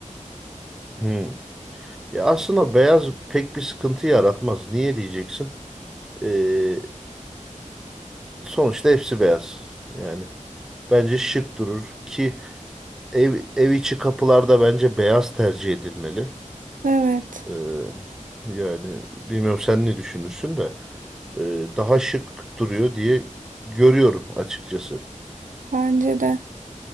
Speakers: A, in the centre; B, on the right (about 85°).
A: Hmm. Ya aslında beyaz pek bir sıkıntı yaratmaz. Niye diyeceksin? Ee, Sonuçta hepsi beyaz. Yani bence şık durur ki ev, ev içi kapılarda bence beyaz tercih edilmeli.
B: Evet,
A: Ee, yani bilmiyorum sen ne düşünürsün de ee, daha şık duruyor diye görüyorum açıkçası.
B: bence de.